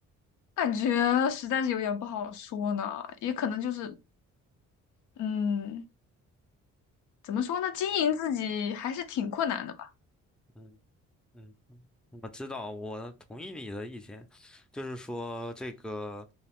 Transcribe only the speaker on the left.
感觉实在是有点不好说呢。也可能就是，嗯，怎么说呢？经营自己还是挺困难的吧。